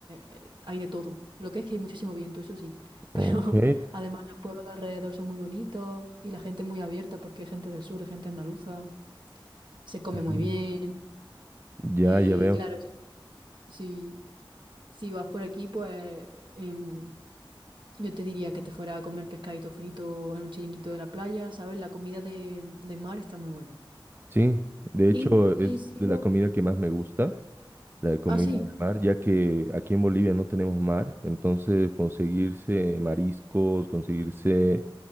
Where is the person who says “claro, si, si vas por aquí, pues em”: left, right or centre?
Right